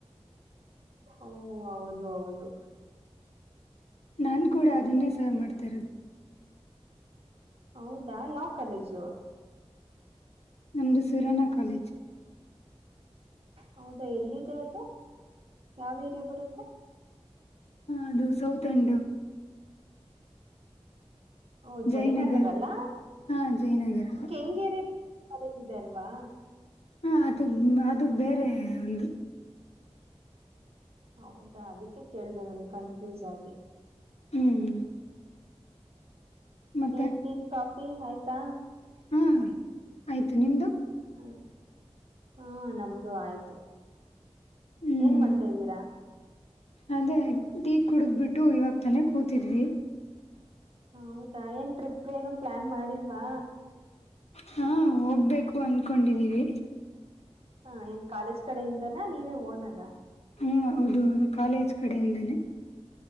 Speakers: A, on the right; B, on the left.
A: ಓ ಹೌದು ಹೌದು.
B: ನಾನ್ ಕೂಡ ಅದನ್ನೇ ಸರ್ವ್ ಮಾಡ್ತಾ ಇರೋದು.
A: ಹೌದಾ ಯಾವ ಕಾಲೇಜು.
B: ನಮ್ದು ಸುರನಾ ಕಾಲೇಜ್.
A: ಹೌದಾ ಎಲ್ಲಿದೆ ಅದು ಯಾವ ಏರಿಯಾ ಬರುತ್ತೆ.
B: ಅದು ಸೌತ್ ಎಂಡ್.
A: ಓ ಜಯನಗರ
B: ಜಯನಗರ್
A: ಅಲ್ಲಾ
B: ಹಾ ಜಯನಗರ್ ಹಾ
A: ಕೆಂಗೇರಿ ಕಾಲೇಜ್ ಇದೆ ಅಲ್ವಾ.
B: ಹ ಅದು ಅದು ಬೇರೆ ಒಂದು.
A: ಹೌದಾ ಅದಕ್ಕೆ ಕೇಳ್ದ ನನಗೆ ಕನ್ಫ್ಯೂಸ್ ಆಗಿ.
B: ಹ್ಮ್ ಮತ್ತೆ
A: ಏನ್ಟಿ ಕಾಫಿ ಆಯ್ತಾ.
B: ಹಾಂ ಆಯಿತು ನಿಮ್ಮದು.
A: ಹ್ಮ ಹಾ ನಮ್ದು ಆಯ್ತು
B: ಹ್ಮ್
A: ಏನ್ ಮಾಡ್ತಾ್ದೀರಾ.
B: ಅದೇ ಟೀ ಕುಡಿದ್ಬಿಟ್ಟು ಇವಾಗ ತಾನೇ ಕೂತಿದ್ವಿ.
A: ಹೌದಾ ಏನ್ ಟ್ರಿಪ್ ಏನು ಪ್ಲಾನ್ ಮಾಡಿಲ್ವಾ.
B: ಹಾ ಹೋಗ್ಬೇಕು ಅನ್ಕೊಂಡಿದ್ದೀವಿ.
A: ಹ ಏನ್ ಕಾಲೇಜ್ ಕಡೆಯಿಂದನ ನೀವೇ ಹೋನಾಗ.
B: ಹ್ಮ್ ಹೌದುೌದು ಕಾಲೇಜ್ ಕಡೆಯಿಂದಾನೇ.